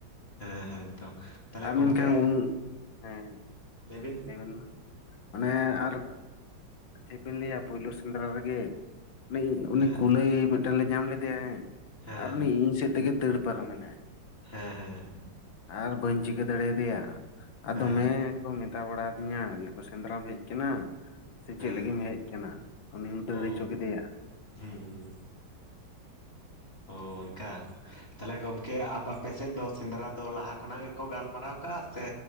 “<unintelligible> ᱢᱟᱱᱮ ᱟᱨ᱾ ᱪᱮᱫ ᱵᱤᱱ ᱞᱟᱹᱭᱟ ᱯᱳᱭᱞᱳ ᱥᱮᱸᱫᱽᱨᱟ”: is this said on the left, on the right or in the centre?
Left